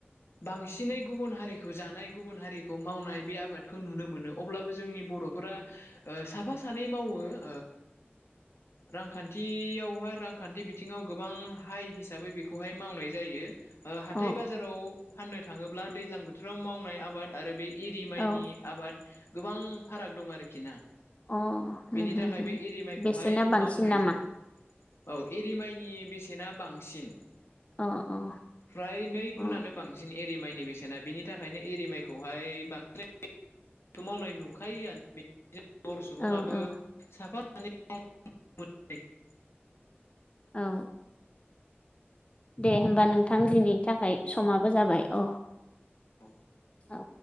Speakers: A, on the left (about 75°); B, on the left (about 30°).
A: बांसिनै गुबुन हारिखौ जानाय गुबुन हारिखौ मावनाय बे आबादखौ नुनो मोनो अब्लाबो जोंनि बर' फोरा ओ साफा सानै मावो। ओ रांखान्थियावहाय रां खान्थि बिथिङाव गोबां हाइ हिसाबै बेखौहाय मावनाय जायो ओ हाथाय
B: अ
A: बाजाराव फाननो थाङोब्ला दैज्लां बोथोराव मावनाय आबाद आरो बे एरि माइनि
B: अ
A: आबाद गोबां फाराग दं आरोखि ना।
B: औ
A: बेनि
B: अ
A: थाखाय बे एरि माइखौहाय
B: बेसेना बांसिन
A: मावनाय
B: नामा
A: जाय औ एरिमाइनि बेसेना बांसिन
B: अ अ।
A: फ्राय नै गुुनानो
B: अ
A: बांसिन एरि माइनि बेसेना बिनि थाखायनो एरिमाइखौहाय बांद्राय खौ मावनाय नुखायोआनो। जों बर' सुबुङाबो
B: औ औ
A: साफा सानैै <unintelligible>
B: औ। दे होमबा नोंथां दिनि थाखाय समाबो जाबाय अ।
A: औ।
B: औ।